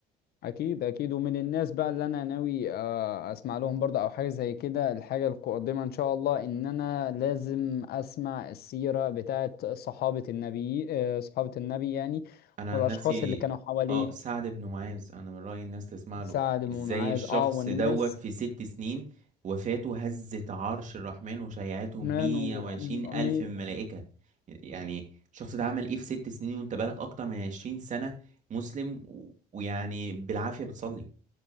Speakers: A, on the left; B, on the right.
A: اكيد اكيد ومن الناس بقى اللي انا ناوي آه، اسمع لهم برضه او حاجه زي كده الحاجه القادمه ان شاء الله ان انا لازم اسمع السيره بتاعه صحابه النبي آه، صحابه النبي يعني
B: انا
A: والاشخاص
B: عن نفسي
A: اللي كانوا حواليه
B: اه سعد بن معاذ انا من رأيي الناس تسمع له
A: سعد بن
B: ازاي
A: معاذ
B: الشخص
A: اه والناس
B: دوت في ست سنين وفاته هزت عرش الرحمن وشيعته مية
A: مان و...
B: وعشرين ألف
A: مي-
B: من الملائكة يعني الشخص ده عمل ايه في ست سنين وانت بقالك اكتر من عشرين سنة مسلم و- ويعني بالعافية بتصلي